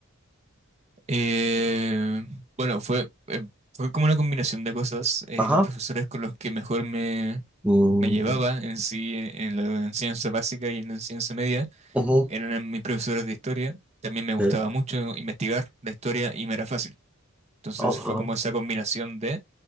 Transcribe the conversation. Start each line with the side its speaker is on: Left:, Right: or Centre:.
Right: Eh, bueno, fue, eh, fue como una combinación de cosas. Eh,
Centre: Ajá.
Right: los profesores con los que mejor me,
Centre: Mm,
Right: me llevaba en sí, eh, en la enseñanza básica y en la enseñanza media,
Centre: ujú.
Right: eran mis profesores de historia. También me gustaba
Centre: Eh,
Right: mucho investigar la historia y me era fácil. Entonces
Centre: oh,
Right: fue
Centre: oh,
Right: como esa combinación de...